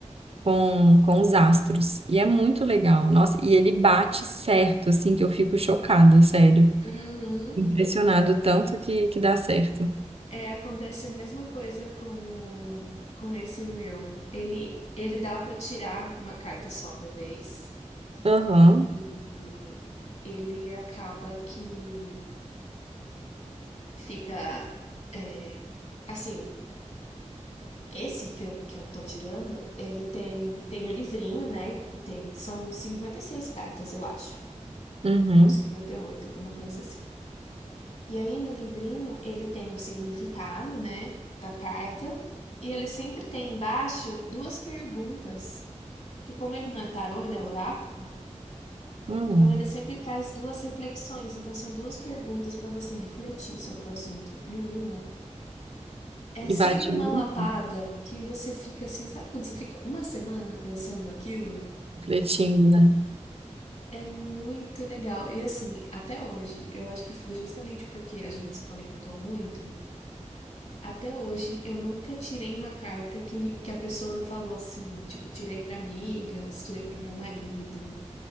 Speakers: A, on the right; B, on the left.
A: com, com os astros. E é muito legal. Nossa, e ele bate certo, assim, que eu fico chocada, sério.
B: Uhum.
A: Impressionado tanto que, que dá certo.
B: É, acontece a mesma coisa com, com esse meu. Ele, ele dá para tirar uma carta só por vez
A: Aham,
B: e ele acaba que fica é, assim. Esse que eu, que eu tô tirando, ele tem tem o livrinho, né? Tem, são 56 cartas, eu acho,
A: uhum,
B: ou 58 alguma coisa assim. E aí no livrinho ele tem o significado, né, da carta, e ele sempre tem embaixo duas perguntas, que como ele não é tarô, ele é oráculo,
A: uhum.
B: então ele sempre traz duas reflexões, então são duas perguntas para você refletir sobre o assunto. Menina, é
A: E
B: sempre
A: bate
B: uma
A: muito,
B: lapada que você fica assim, sabe quando você fica uma semana pensando aquilo?
A: refletindo, né?
B: É muito legal. E assim, até hoje, eu acho que foi justamente porque a gente se conectou muito. Até hoje, eu nunca tirei uma carta que, ni- que a pessoa não falou assim, tipo, tirei para amigas, tirei para o meu marido,